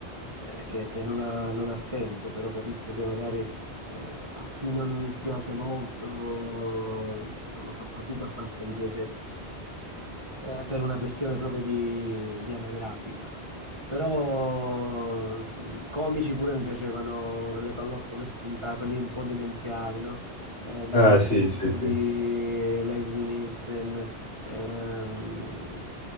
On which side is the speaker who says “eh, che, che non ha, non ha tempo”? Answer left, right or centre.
Right